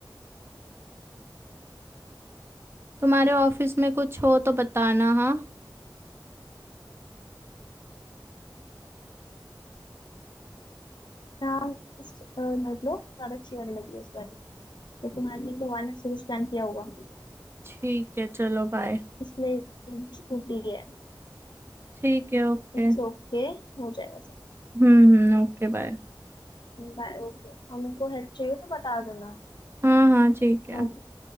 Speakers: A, on the right; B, on the left.
A: तुम्हारे ऑफिस में कुछ हो तो बताना हाँ
B: हाँ अ, मतलब ज्यादा अच्छी वाली लगी उस पर तो तुम्हारे लिए भगवान ने सब कुछ प्लान किया होगा
A: ठीक है चलो बाय
B: इसलिए छुट्टी है
A: ठीक है ओके
B: इट्स ओके हो जाएगा सब
A: हम्म हम्म ओके बाय
B: Bye okay और मेरे को हेल्प चाहिए तो बता देना
A: हाँ हाँ ठीक है
B: Okay.